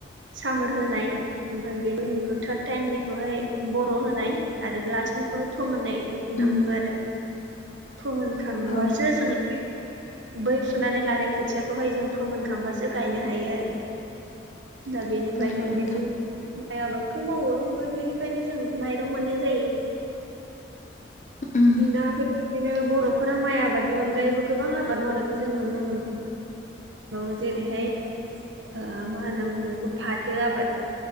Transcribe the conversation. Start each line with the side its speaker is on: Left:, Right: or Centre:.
Right: सामोर होनाय ओमफाय बे उननिखौ थार्द टाइमनिखौहाय बर' होनाय आरो लास्टनिखौहाय फोमोननाय होनना
Left: उम
Right: बुङो आरो फोमोनखांबासो
Left: औ
Right: जोङो बै फुनानै लानाय खोथियाखौहाय जों फोमोनखांबासो गायनो हायो आरो
Left: <inaudible>
Right: दा बेनिफ्रायनो
Left: नंगौ नोंथां
Right: बिदिनो माइ आबादखौ मावो ओमफ्राय बेनिखायनो जों माइरं मोननाय जायो
Left: उम
Right: द दा बे बेायनो बर'फोरा माइ आबादनि अनगायैबो गोबां आबाद मावनायखौ जों नुनो मोनो बावयो जेरैहाय ओ मा होनना बुङो बेखौ फाथो आबाद